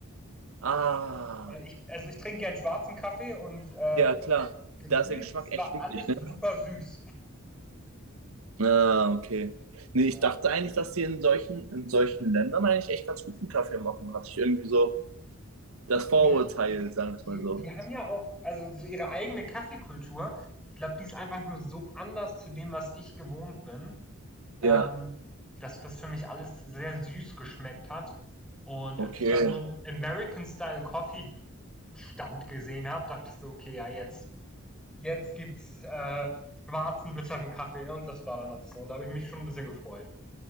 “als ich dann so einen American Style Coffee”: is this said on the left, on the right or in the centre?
Centre